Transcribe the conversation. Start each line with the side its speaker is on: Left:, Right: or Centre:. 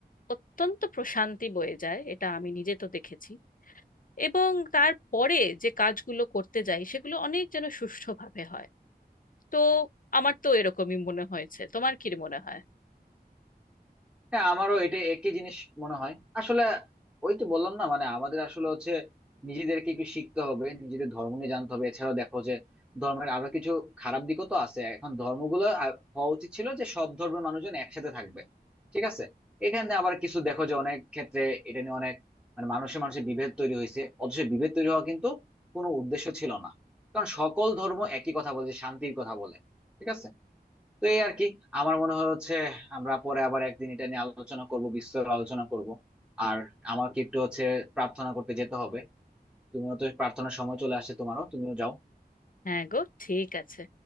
Left: অত্যন্ত প্রশান্তি বয়ে যায় এটা আমি নিজে তো দেখেছি এবং তারপরে যে কাজগুলো করতে যাই সেগুলো অনেক যেন সুষ্ঠুভাবে হয় তো আমার তো এরকমই মনে হয়েছে তোমার কি মনে হয়
Centre: হ্যাঁ আমারও এটা একই জিনিস মনে হয় আসলে ওই তো বললাম না মানে আমাদের আসলে হচ্ছে নিজেদেরকে একটু শিখতে হবে নিজেদের ধর্ম নিয়ে জানতে হবে এছাড়াও দেখো যে ধর্মের আরো কিছু খারাপ দিকও তো আছে এখন ধর্মগুলো আ- হওয়া উচিত ছিল যে সব ধর্মের মানুষজন একসাথে থাকবে ঠিক আছে এখানে আবার কিছু দেখো যে অনেক ক্ষেত্রে এটা নিয়ে অনেক মানে মানুষের মানুষের বিভেদ তৈরি হয়েছে অথচ বিভেদ তৈরি হওয়া কিন্তু কোনো উদ্দেশ্য ছিল না কারণ সকল ধর্ম একই কথা বলে যে শান্তির কথা বলে ঠিক আছে তো এই আর কি আমার মনে হয় হচ্ছে আমরা পরে আবার একদিন এটা নিয়ে আলোচনা করব বিস্তর আলোচনা করব আর আমাকে একটু হচ্ছে প্রার্থনা করতে যেতে হবে তুমিও তো প্রার্থনার সময় চলে আসছে তোমারও তুমিও যাও
Left: হ্যাঁ গো ঠিক আছে